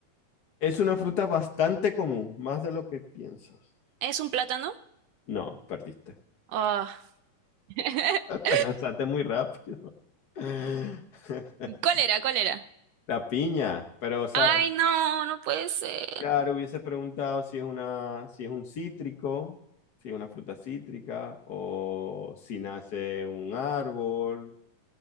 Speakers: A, on the left; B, on the right.
A: Es una fruta bastante común, más de lo que piensas.
B: Es un plátano.
A: No, perdiste.
B: Ah. <laughs>
A: <laughs> Te lanzaste muy rápido. <laughs>
B: ¿Cuál era? ¿Cuál era?
A: La piña, pero sabes,
B: Ay, no, no puede ser.
A: Claro, hubiese preguntado si es una, si es un cítrico, si es una fruta cítrica, o si nace un árbol,